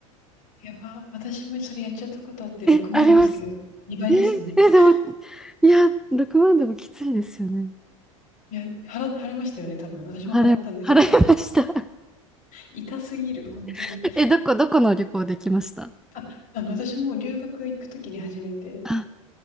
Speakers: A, on the left; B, in the centre.
A: やば、私もそれやっちゃったことあって6万ですけど、
B: <laughs> え、あります。
A: 2倍ですね。
B: え、え、でも、いや、6万でもきついですよね。
A: いや、払払いましたよね、多分。私も払ったんですけど、
B: 払え、払いました。
A: 痛すぎる、本当に。
B: <laughs> え、どこ、どこの旅行で来ました
A: あ、あの、私も留学行くときに初めて、
B: あ